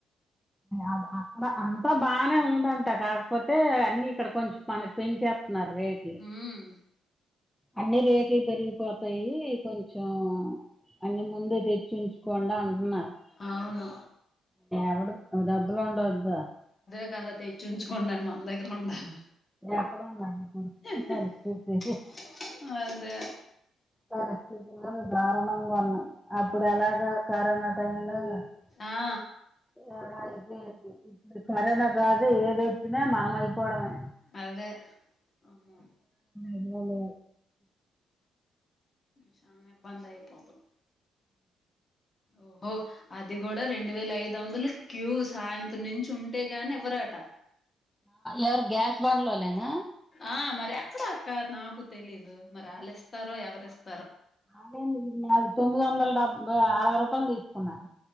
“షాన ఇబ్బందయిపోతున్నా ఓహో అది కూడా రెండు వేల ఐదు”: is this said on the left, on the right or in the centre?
Left